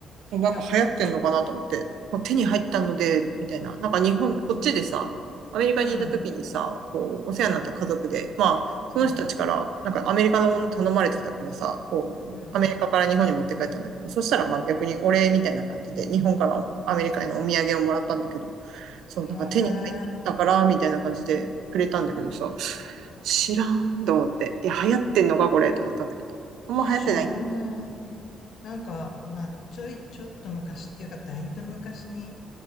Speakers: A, on the right (about 80°); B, on the left (about 65°).
A: なんか流行ってんのかなと思って、
B: いや、
A: もう手に入ったので、みたいな。なんか日本、こっちでさ、アメリカにいた時にさ、
B: うん、うん、
A: こう、お世話になった家族で、まあ、その人たちから、
B: うん、
A: なんかアメリカのもの頼まれてたからさ、こう、
B: うん。
A: アメリカから日本に持って帰ったんだけど、そしたらまあ逆にお礼みたいな感じで、日本からアメリカへのお土産をもらったんだけど、そう、なんか手に入ったから、
B: へえ、
A: みたいな感じでくれたんだけどさ、知らんと思って、いや、流行ってんのか、これ、と思ったんだけど、あんま流行ってないんだ。
B: 知らない。なんか、まあ、ちょい、ちょっと昔っていうか、だいぶ昔に、